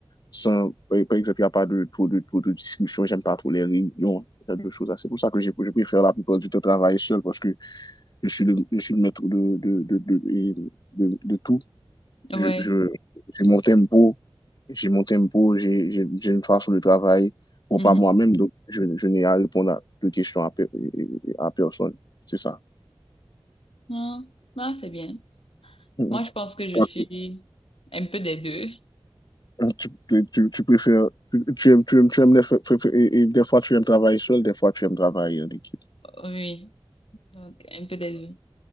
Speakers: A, on the left (about 45°); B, on the left (about 75°).
A: sans, par exemple, il n'y a pas de trop de, trop de discussion, j'aime pas trop les réunions, il y a deux choses. C'est pour ça que je, je préfère la plupart du temps travailler seul parce que je suis le, je suis le maître de, de, de, de, de, de de tout.
B: ouais.
A: Je, je, j'ai mon tempo, j'ai mon tempo, j'ai, j'ai, j'ai une façon de travailler pour
B: Mhm.
A: pas moi-même, donc je, je n'ai à répondre à de questions à, pe- à personne. C'est ça.
B: Ah, ah, c'est bien.
A: Mhm.
B: Moi, je pense que je
A: Toi,
B: suis un peu des deux.
A: Tu, tu, tu, tu préfères, tu, tu aimes, tu aimes, tu aimes les fa- fa- fa- et- et des fois tu aimes travailler seul, des fois tu aimes travailler en équipe.
B: Oui, donc un peu des deux.